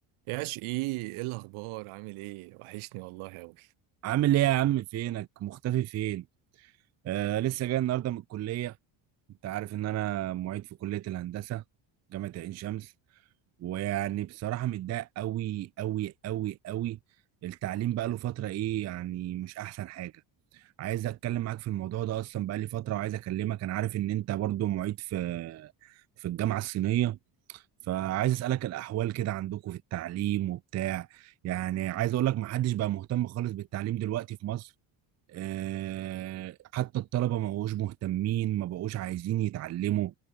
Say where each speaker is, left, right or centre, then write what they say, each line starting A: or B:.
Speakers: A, on the right; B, on the right.
A: يا شقي ايه ايه الاخبار عامل ايه وحشني والله اوي
B: عامل ايه يا عم فينك مختفي فين آه لسه جاي النهارده من الكليه انت عارف ان انا معيد في كليه الهندسه جامعه عين شمس ويعني بصراحه متضايق قوي قوي قوي قوي التعليم بقى له فتره ايه يعني مش احسن حاجه عايز اتكلم معاك في الموضوع ده اصلا بقى لي فتره وعايز اكلمك انا عارف ان انت برضو معيد في في الجامعه الصينيه فعايز اسالك الاحوال كده عندكم في التعليم وبتاع يعني عايز اقول لك محدش بقى مهتم خالص بالتعليم دلوقتي في مصر آه، حتى الطلبة ما بقوش مهتمين ما بقوش عايزين يتعلموا